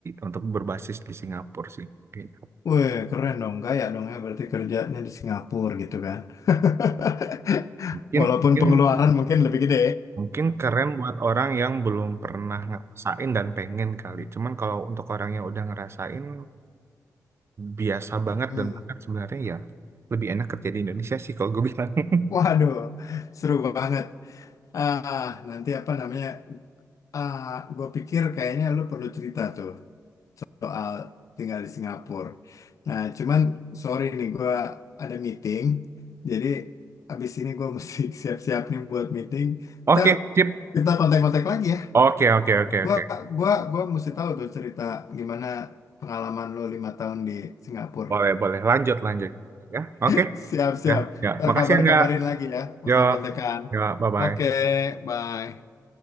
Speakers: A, on the right (about 45°); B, on the left (about 55°).
A: untuk berbasis di Singapura sih. Kayaknya.
B: Weh, keren dong, kaya dong ya berarti kerjanya di Singapura gitu kan. <laughs>
A: Mungkin
B: Walaupun
A: mungkin
B: pengeluaran mungkin lebih gede.
A: mungkin keren buat orang yang belum pernah ngerasain dan pengen kali. Cuman kalau untuk orang yang udah ngerasain biasa banget
B: Hmm.
A: dan bahkan sebenarnya ya lebih enak kerja di Indonesia sih kalau gue bilang. <laughs>
B: Waduh, seru banget. Ah, nanti apa namanya? Ah, gue pikir kayaknya lu perlu cerita tuh soal tinggal di Singapura. Nah, cuman sorry nih gue ada meeting, jadi abis ini gue <laughs> mesti siap-siap nih buat meeting.
A: Oke,
B: Ntar
A: sip.
B: kita kontak-kontak lagi ya.
A: Oke, oke, oke,
B: Gua,
A: oke.
B: gua, gua mesti tahu tuh cerita gimana pengalaman lo lima tahun di Singapura.
A: Boleh, boleh. Lanjut, lanjut. Ya,
B: <laughs>
A: oke.
B: Siap-siap.
A: Ya, ya.
B: Ntar
A: Makasih
B: kabar-kabarin
A: enggak.
B: lagi ya, kontak-kontakan.
A: Yo, ya, bye-bye.
B: Oke, bye.